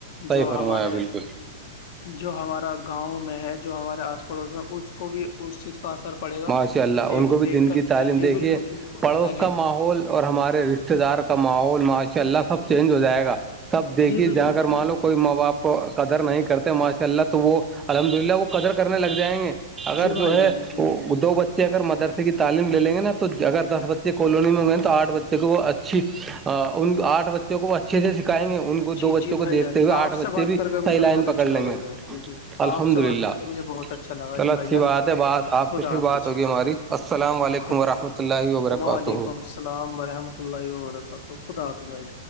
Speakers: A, on the right; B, on the left.
A: صحیح
B: جو
A: فرمایا
B: ہمارے
A: بالکل
B: جو ہمارا گاؤں میں ہے جو ہمارے آس پڑوس میں اس کو بھی اس چیز کا اثر پڑے گا
A: ماشاء اللہ
B: دیکھ
A: ان کو بھی
B: دیکھ
A: دن
B: کر
A: کی تعلیم
B: جی جی
A: دیکھیے
B: بالکل بالکل
A: پڑوس
B: ہاں جی
A: کا ماحول اور ہمارے رشتے دار کا ماحول ماشاء اللہ سب چینج ہو جائے گا سب دیکھیے
B: جی بالکل
A: جہاں اگر
B: بالکل
A: مانو کوئی ماں باپ کو قدر نہیں کرتے ماشاء اللہ تو وہ الحمد للہ وہ قدر کرنے لگ جائیں گے اگر
B: جی بھائی
A: جو ہے
B: جان جی
A: دو بچے اگر مرے کی تعلیم لیں گے نا تو اگر دس بچے کالونی میں ہو گئے ن تو آٹھ بچے کوھ اچ ان آھ بچوں کو اچھے سے سکھائیں گے ان کو
B: جی
A: دو بچوں
B: جی بھائی
A: کو دیکھتے
B: جان
A: ہوئے آھ
B: آپ سے
A: بچے
B: بات
A: بھی
B: کر کے
A: صحیح
B: مجھے
A: لائن
B: بہت
A: پکڑ
B: اچھا
A: لیں
B: لگا بھائی
A: گے
B: جان جی جی
A: الحمد
B: آپ سے
A: للہ
B: بات کر کے مجھے بہت اچھا لگا
A: چلو
B: جی بھائی
A: اچھی
B: جان
A: بات ہے بات آپ
B: خدا
A: تو پھر
B: حافظ
A: بات ہوگی ہماری السلام علیکم
B: خ-
A: ورحمۃ اللہ و برکاتہ
B: وعلیکم السلام ورحمۃ اللہ و برکاتہ خدا حافظائی